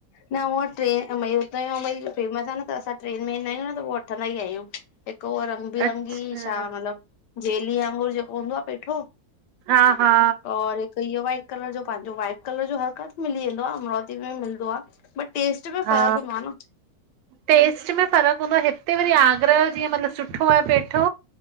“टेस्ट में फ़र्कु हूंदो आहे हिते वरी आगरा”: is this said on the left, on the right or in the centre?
Right